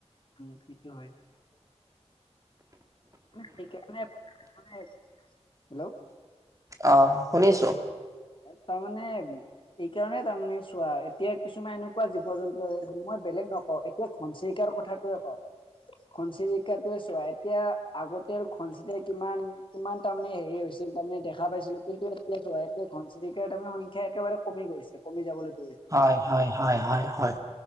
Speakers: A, on the left (about 45°); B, on the right (about 30°).
A: উ! সেইটো হয়। সেইকাৰণে, মানে, হেল্ল'?
B: অ শুনিছো
A: তাৰমানে এইকাৰণে তাৰমানে চোৱা, এতিয়া কিছুমান এনেকুৱা জীৱ জন্তু আছে, যে, মই বেলেগ নকওঁ, এতিয়া ঘনচিৰিককাৰ কথাটোৱে কওঁ, ঘনচিৰিকাাতয়ে চোৱা এতিয়া আগতে আৰু ঘনচিৰিকায়ে কিমান, কিমান তাৰমানে হেৰি হৈছিল, তাৰমানে দেখা পাইছিলোঁ, কিন্তু এতিয়া যোৱা এ ঘনচিৰিকাৰ তাৰমানে সংখ্যা একেবাৰে কমি গৈছে কমি যাবলৈ ধৰ
B: হয় হয় হয় হয়।